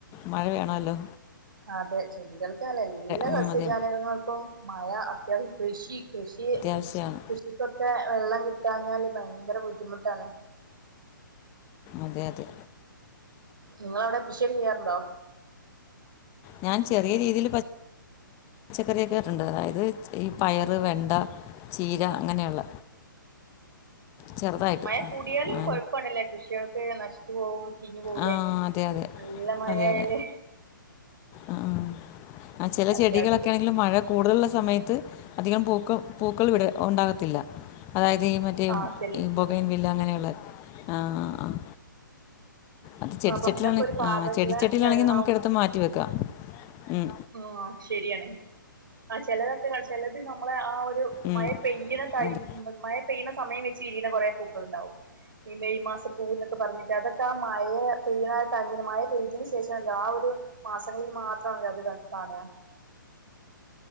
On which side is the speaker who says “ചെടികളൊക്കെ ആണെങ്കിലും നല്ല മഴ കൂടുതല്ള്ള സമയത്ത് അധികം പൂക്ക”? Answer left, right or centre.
Left